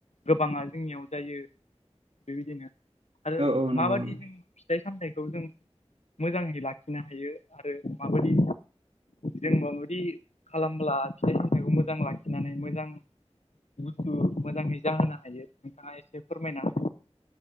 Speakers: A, on the left (about 85°); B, on the right (about 65°).
A: गोबाङा जोंनियाव जायो। बेबायदिनो आरो
B: औ औ नंगौ
A: माबादि
B: नंगौ
A: जों फिथाइ सामथाइखौ जों मोजाङै लाखिनो हायो आरो माबायदि जों माबायदि खालामब्ला फिथाइ सामथाइखौ मोजां लाखिनानै मोजां बुस्थु मोजाङै जाहोनो हायो नोंथाङा एसे फोरमायना